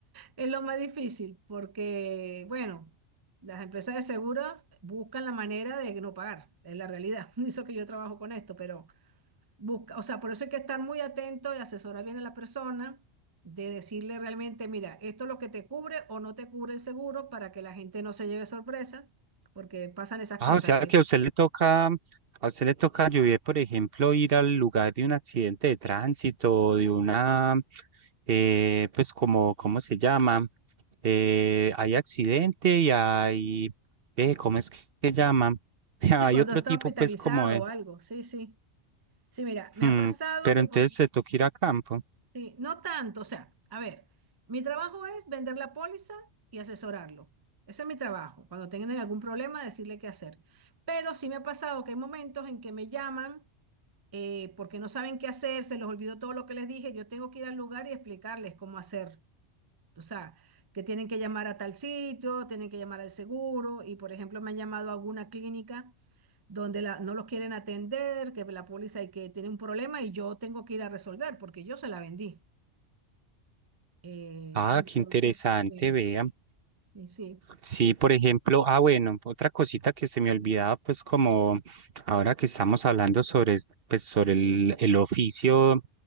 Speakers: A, on the right; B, on the right.
A: Es lo más difícil porque, bueno, las empresas de seguros buscan la manera de no pagar, es la realidad. <laughs> Eso que yo trabajo con esto, pero busca, o sea, por eso hay que estar muy atento y asesorar bien a la persona, de decirle realmente, mira, esto es lo que te cubre o no te cubre el seguro para que la gente no se lleve sorpresa, porque pasan esas
B: Ah,
A: cosas
B: o sea
A: que,
B: que a usted le toca, a usted le toca lluvia, por ejemplo, ir al lugar de un accidente de tránsito, o de una, eh, pues como, ¿cómo se llama? Eh, hay accidente y hay, eh, ¿cómo es que se llama? <laughs>
A: sí,
B: Hay
A: cuando
B: otro
A: está
B: tipo,
A: hospitalizado
B: pues como de,
A: o algo, sí, sí. Sí, mira, me
B: mm,
A: ha pasado
B: pero
A: que
B: entonces
A: por... ej-
B: se toca ir a campo.
A: Sí, no tanto, o sea, a ver, mi trabajo es vender la póliza y asesorarlo. Ese es mi trabajo. Cuando tengan algún problema, decirle qué hacer. Pero sí me ha pasado que hay momentos en que me llaman eh, porque no saben qué hacer, se les olvidó todo lo que les dije, yo tengo que ir al lugar y explicarles cómo hacer. O sea, que tienen que llamar a tal sitio, tienen que llamar al seguro y, por ejemplo, me han llamado a alguna clínica donde la- no los quieren atender, que la póliza y que tiene un problema y yo tengo que ir a resolver porque yo se la vendí. Eh,
B: Ah,
A: entonces,
B: qué interesante,
A: sí,
B: vean.
A: y sí,
B: Sí, por ejemplo, ah, bueno, otra cosita que se me olvidaba, pues como ahora que estamos hablando sobre, pues, sobre el, el oficio